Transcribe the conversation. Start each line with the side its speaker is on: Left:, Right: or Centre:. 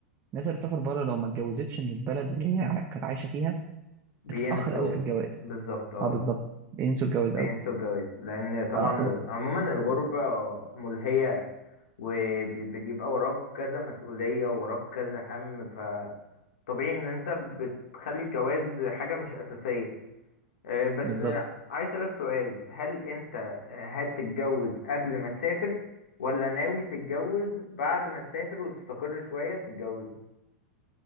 Right: الناس اللي سافر بره لو ما اتجوزتش من البلد اللي هي ع- كانت عايشه فيها
Left: بينسوا
Right: هتتاخر قوي في الجواز
Left: بالظبط اه
Right: اه بالظبط بينسوا
Left: بينسوا
Right: الجواز قوي
Left: الجواز لان طبعا
Right: اه و-
Left: عموما الغربة ملهية وبيبقى وراك كذا مسؤولية وراك كذا هم فطبيعي ان انت بتخلي الجواز حاجة مش اساسية آه، بس
Right: بالظبط
Left: آه، عايز اسألك سؤال هل انت آه، هتتجوز قبل ما تسافر ولا ناوي تتجوز بعد ما تسافر وتستقر شوية تتجوز